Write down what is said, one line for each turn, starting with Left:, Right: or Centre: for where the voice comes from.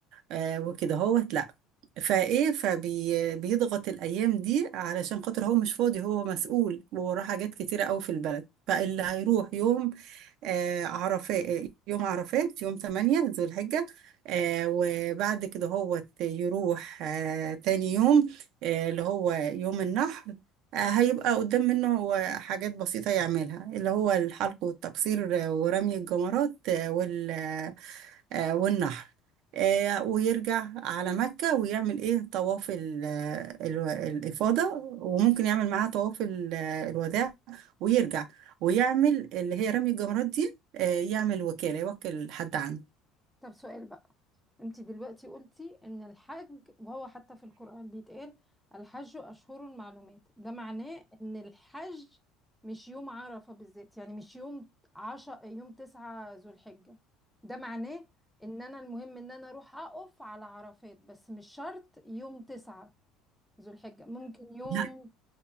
Right: آه وكده هوت لأ فإيه فبيضغط الأيام دي علشان خاطر هو مش فاضي هو مسؤول ووراه حاجات كتيرة أوي في البلد فاللي هيروح يوم آه، عرفات يوم عرفات يوم 8 ذو الحجة آه، وبعد كده هو يروح آه، تاني يوم آه، اللي هو يوم النحر آه، هيبقى قدام منه هو حاجات بسيطة يعملها اللي هو الحلق والتقصير آه، ورمي الجمرات آه، وال آه، والنحر آه، ويرجع على مكة ويعمل ايه طواف ال- ال- الإفاضة وممكن يعمل معاها طواف ال- الوداع ويرجع ويعمل اللي هي رمي الجمرات دي آه، يعمل وكالة يوكل حد عنده
Centre: طب سؤال بقى انت دلوقتي قلتي ان الحج وهو حتى في القرآن بيتقال الحج اشهر المعلومات ده معناه ان الحج مش يوم عرفة بالذات يعني مش يوم عشر يوم تسعة ذو الحجة ده معناه ان انا المهم ان انا اروح اقف على عرفات بس مش شرط يوم تسعة ذو الحجة ممكن يوم
Right: لا